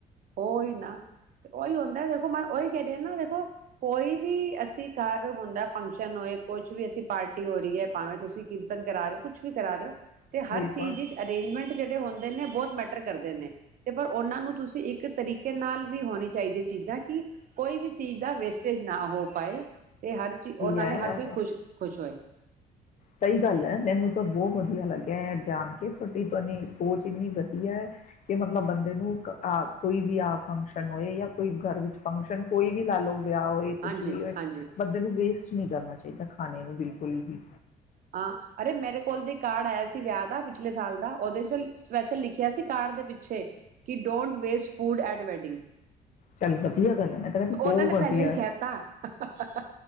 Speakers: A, on the right (about 55°); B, on the left (about 45°).
A: ਓਈ ਨਾ। ਉਹੀ ਹੁੰਦਾ ਦੇਖੋ ਮੈਂ ਉਹੀ ਕਹਿ ਦ ਹ ਨਾ ਦੇਖੋ ਕੋਈ ਵੀ ਅਸੀਂ ਘਰ ਹੁੰਦਾ ਫੰਕਸ਼ਨ ਹੋਏ ਕੁਛ ਵੀ ਅਸੀਂ ਪਾਰਟੀ ਹੋ ਰਹੀ ਹੈ ਭਾਵੇਂ ਤੁਸੀਂ ਕੀਰਤਨ ਕਰਾ ਰਹੇ ਹੋ ਕੁਛ ਕੁਛ ਵੀ ਕਰਾ ਦਿਓ ਤੇ ਹਰ
B: ਬਿਲਕੁਲ
A: ਚੀਜ਼ ਵਿੱਚ ਅਰੇਂਜਮੈਂਟ ਜਿਹੜੇ ਹੁੰਦੇ ਨੇ ਬਹੁਤ ਮੈਟਰ ਕਰਦੇ ਨੇ। ਅਤੇ ਪਰ ਉਹਨਾਂ ਨੂੰ ਤੁਸੀਂ ਇੱਕ ਤਰੀਕੇ ਨਾਲ ਵੀ ਹੋਣੀ ਚਾਹੀਦੀ ਚੀਜ਼ਾਂ ਕਿ ਕੋਈ ਵੀ ਚੀਜ਼ ਦਾ ਵੇਸਟੇਜ ਨਾ ਹੋ ਪਾਏ ਤੇ ਹਰ ਚੀ ਉਹ ਨਾਲੇ
B: ਨਹੀਂ ਵਧੀਆ
A: ਹਰ
B: ਹੈ
A: ਕੋਈ ਖੁਸ਼ ਖੁਸ਼ ਹੋਏ।
B: ਸਹੀ ਗੱਲ ਹੈ ਮੈਨੂੰ ਤਾਂ ਬਹੁਤ ਵਧੀਆ ਲੱਗਿਆ ਹੈ ਜਾਣ ਕੇ ਤੁਹਾਡੀ ਤੁਾਨ ਸੋਚ ਇੰਨੀ ਵਧੀਆ ਹੈ ਕਿ ਮਤਲਬ ਬੰਦੇ ਨੂੰ ਕੋਈ ਵੀ ਆ ਫੰਕਸ਼ਨ ਹੋਏ ਜਾਂ ਕੋਈ ਘਰ ਵਿੱਚ ਫੰਕਸ਼ਨ ਕੋਈ ਵੀ ਲਾ ਲਓ ਵਿਆਹ ਹੋਏ ਕੁਛ
A: ਹਾਂਜੀ
B: ਵੀ ਹੋਏ
A: ਹਾਂਜੀ
B: ਬੰਦੇ ਨੂੰ ਵੇਸਟ ਨੀ ਕਰਨਾਦਾ ਚਾਹੀ ਤਾਂ ਖਾਣੇ ਨੂੰ ਬਿਲਕੁਲ ਹੀ
A: ਹਾਂ ਅਰੇ ਮੇਰੇ ਕੋਲ ਦੇ ਕਾਰਡ ਆਇਆ ਸੀ ਵਿਆਹ ਦਾ ਪਿਛਲੇ ਸਾਲ ਦਾ ਉਹਦੇ ਚ ਸਪੈਸ਼ਲ ਲਿਖਿਆ ਸੀ ਕਾਰਡ ਦੇ ਪਿੱਛੇ ਕਿ don't waste food at wedding
B: ਚੱਲ ਵਧੀਆ ਗੱਲ ਹੈ ਮੈਂ ਤਾਂ ਕਹਿੰਦੀ
A: ਉਹਨਾਂ
B: ਬਹੁਤ
A: ਨੇ
B: ਵਧੀਆ
A: ਪਹਿਲੇ ਹੀ
B: ਹੈ।
A: ਕਹਿ ਤ